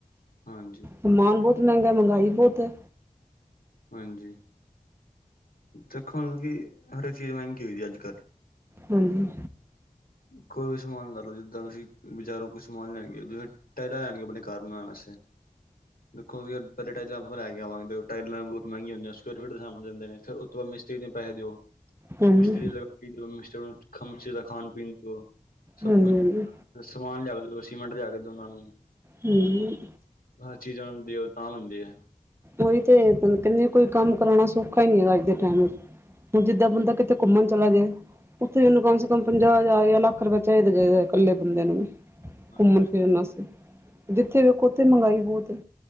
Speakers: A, on the left; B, on the right.
A: ਹਾਂਜੀ।
B: ਸਮਾਨ ਬਹੁਤ ਮੈਂਗਾ, ਮਹਿੰਗਾਈ ਬਹੁਤ ਐ।
A: ਹਾਂਜੀ, ਦੇਖੋ ਮਤਲਬ ਕਿ ਹਰ ਇੱਕ ਚੀਜ਼ ਮਹਿੰਗੀ ਹੋਈ ਦੀ ਏ ਅੱਜ-ਕੱਲ੍ਹ।
B: ਹਾਂਜੀ।
A: ਕੋਈ ਵੀ ਸਮਾਨ ਲੈ ਲਓ, ਜਿੱਦਾਂ ਤੁਸੀਂ ਬਜ਼ਾਰੋਂ ਕੁੱਝ ਸਮਾਨ ਲੈਣ ਗਏ ਹੋ ਜਿਵੇਂ <unintelligible> ਆਸਤੇ ਦੇਖੋ ਬਈ ਅ ਪਹਿਲੇ ਟਾਈਲਾਂ ਆਪਾਂ ਲੈ ਕੇ ਆਵਾਂਗੇ, ਟਾਈਲਾਂ ਬਹੁਤ ਮਹਿੰਗੀਆਂ ਹੁੰਦੀਆਂ, ਸਕੇਅਰ ਫਿੱਟ ਦੇ ਹਿਸਾਬ ਨਾਲ ਦਿੰਦੇ ਨੇ, ਸਊ ਤੋਂ ਮਿਸਤਰੀ ਨੂੰ ਪੈਸੇ ਦਿਓ।
B: ਹਾਂਜੀ,
A: ਮਿਸਤਰੀ ਲਗਾ ਪੀ ਦਿਓ, ਮਿਸਤਰੀ ਕੰਮ ਚਾਹੀਦਾ, ਖਾਣ- ਪੀਣ ਦਿਓ, ਸਭ
B: ਹਾਂਜੀ,
A: ਕੁਛ
B: ਹਾਂਜੀ।
A: ਸਮਾਨ ਲਿਆ ਕੇ ਦਿਓ, ਸੀਮੈਂਟ ਲਿਆ ਕੇ ਦੋਓ ਓਨਾਂ ਨੂੰ।
B: ਹਾਂਜੀ।
A: ਹਰ ਚੀਜ਼ ਆਉਣ ਦਿਓ, ਤਾਂ ਹੁੰਦੇ ਐ।
B: ਉਹੀ ਤੇ, ਕੈਨ ਕਹਿੰਦੇ ਕੋਈ ਕੰਮ ਕਰਾਉਣਾ ਸੌਖਾ ਹੀ ਹੈਗਾ ਅੱਜ ਦੇ ਟਾਈਮ 'ਚ। ਹੁਣ ਜਿੱਦਾਂ ਬੰਦਾ ਕਿਤੇ ਘੁੰਮਣ ਚਲਾ ਜਾਏ, ਉੱਥੇ ਉਹਨੂੰ ਕਮ ਸੇ ਕਮ
A: ਹਾਂਜੀ
B: ਪੰਜਾਹ ਹਜ਼ਾਰ ਯਾ ਲੱਖ ਰੁਪਏ ਚਾਹੀਦਾ- ਚਾਹੀਦਾ ਕੱਲੇ ਬੰਦੇ ਨੂੰ ਵੀ।
A: ਹਾਂਜੀ
B: ਘੁੰਮਣ ਫਿਰਨ ਵਾਸਤੇ, ਜਿੱਥੇ ਵੇਖੋ ਉੱਥੇ ਮਹਿੰਗਾਈ ਬਹੁਤ ਏ।